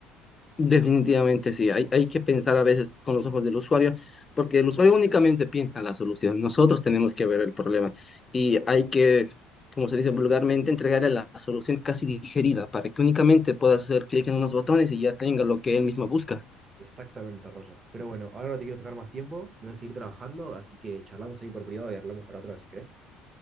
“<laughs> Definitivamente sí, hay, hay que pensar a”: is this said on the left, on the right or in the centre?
Left